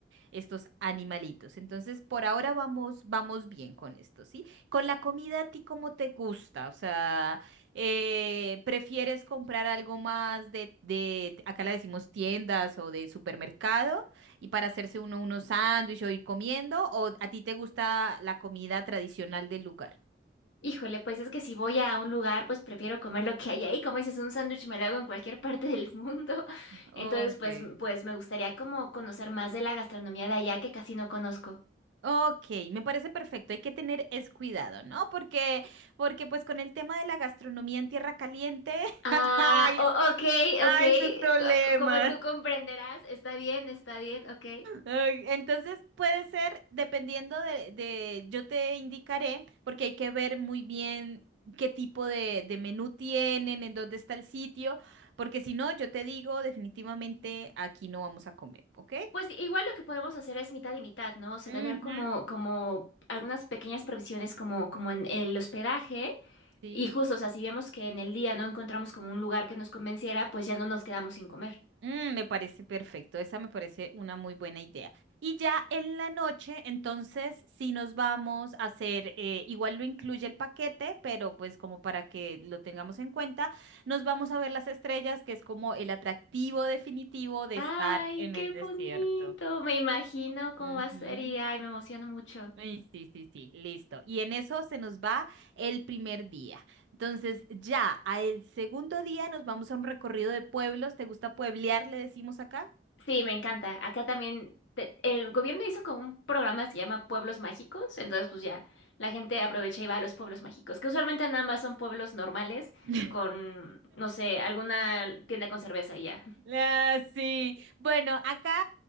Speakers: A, on the right; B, on the left.
A: estos animalitos. Entonces, por ahora vamos, vamos bien con esto, ¿sí? Con la comida, ¿a ti cómo te gusta? O sea, eh, ¿prefieres comprar algo más de, de, acá la decimos tiendas o de supermercado y para hacerse uno unos sándwiches o ir comiendo? ¿O a ti te gusta la comida tradicional del lugar?
B: Híjole, pues es que si voy a un lugar, pues prefiero comer lo que hay ahí, como dices, un sándwich me lo hago en cualquier <laughs> parte del mundo, <laughs>
A: okay
B: entonces pues, pues me gustaría como conocer más de la gastronomía de allá que casi no conozco.
A: Ok, me parece perfecto. Hay que tener es cuidado, ¿no? Porque, porque pues con el tema de la gastronomía en tierra caliente, <laughs>
B: Ah,
A: Ay,
B: o- ok,
A: Ay,
B: ok,
A: su problema.
B: co- co- como tú comprenderás, está bien, está bien, ok.
A: Ay, Entonces puede ser, dependiendo de, de- yo te indicaré, porque hay que ver muy bien qué tipo de, de menú tienen, en dónde está el sitio, porque si no, yo te digo definitivamente aquí no vamos a comer, ¿ok?
B: Pues igual lo que podemos hacer es mitad y mitad, ¿no? O sea,
A: Ujú.
B: tener como, como algunas pequeñas provisiones como, como en el hospedaje
A: Sí.
B: y justo, o sea, si vemos que en el día no encontramos como un lugar que nos convenciera, pues ya no nos quedamos sin comer.
A: Mm, me parece perfecto, esa me parece una muy buena idea. Y ya en la noche, entonces, sí nos vamos a hacer, eh, igual lo incluye el paquete, pero pues como para que lo tengamos en cuenta, nos vamos a ver las estrellas, que es como el atractivo definitivo de
B: Ay,
A: estar en
B: qué
A: el desierto.
B: bonito, me imagino cómo
A: Ujú.
B: va a ser y ay, me emociono mucho.
A: Ay, sí, sí, sí, listo. Y en eso se nos va el primer día. Entonces, ya al segundo día nos vamos a un recorrido de pueblos. ¿Te gusta pueblear? Le decimos acá.
B: Sí, me encanta. Acá también te- el gobierno hizo como un programa que se llama Pueblos Mágicos, entonces pues ya la gente aprovecha y va a los pueblos mágicos, que usualmente nada más son pueblos normales
A: <laughs>
B: con, no sé, alguna tienda con cerveza y ya.
A: Ah, sí, bueno, acá